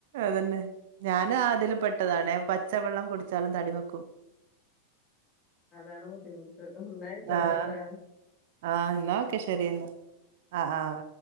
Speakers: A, on the right; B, on the left.
A: അതന്നെ ഞാനും ആതിലും പെട്ടതാാണേ പച്ചവെള്ളം കുടിച് ച്ചാലും തടി വെക്കും
B: അതാണ് ബുദ്ധിമുട്ട് ഒന്നായിക്കോട്ടേട്ട
A: ആഹ് ആഹ് എന്നാ ഓക്കെ ശരിന്ന് ആഹ ആഹ